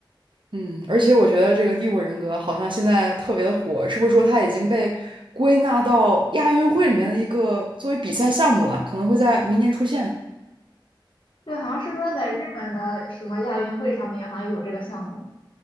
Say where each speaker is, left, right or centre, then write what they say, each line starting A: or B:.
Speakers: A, on the right; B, on the left.
A: 嗯，而且我觉得这个第五人格好像现在特别的火，是不是说它已经被归纳到亚运会里面的一个作为比赛项目了？可能会在明年出现。
B: 对，好像是说在日本的什么亚运会上面好像有这个项目，